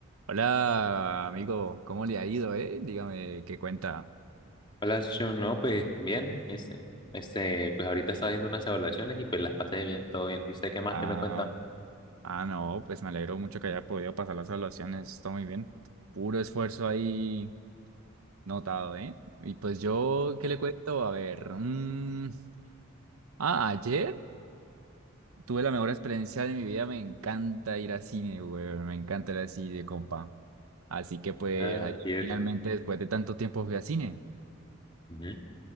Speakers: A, on the right; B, on the left.
A: Hola, amigo, ¿cómo le ha ido, eh? Dígame qué cuenta.
B: Hola, socio. No, pues bien. Este, este, pues ahorita estaba haciendo unas evaluaciones y pues las pasé bien, todo bien. ¿Y usted qué más?
A: Ah,
B: ¿Qué me cuenta?
A: ah, no, pues me alegro mucho que haya podido pasar las evaluaciones, todo muy bien. Puro esfuerzo ahí notado, ¿eh? Y pues yo, ¿qué le cuento? A ver, mm, ah, ayer tuve la mejor experiencia de mi vida, me encanta ir al cine, güey, me encanta ir al cine, compa. Así que pues
B: Ah,
A: ayer
B: y eso.
A: finalmente, después de tanto tiempo, fui al cine.
B: Ujú.